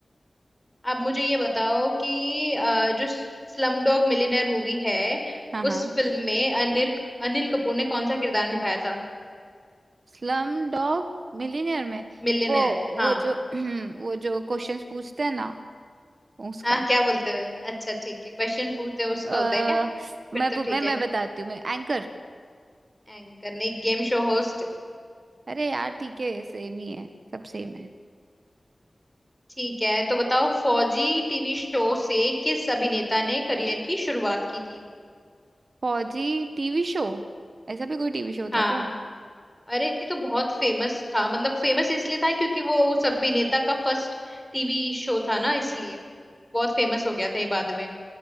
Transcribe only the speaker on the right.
हाँ हाँ
स्लम डॉग मिलियनेयर में
वो
वो जो <clears throat> वो जो क्वेश्चंस पूछते हैं ना उसका
अ,
मैं
पू-
मैं मैं
बताती हूँ मैं एंकर
अरे यार ठीक है सेम ही है सब सेम है
फौजी टीवी शो ऐसा भी कोई टीवी शो
था क्या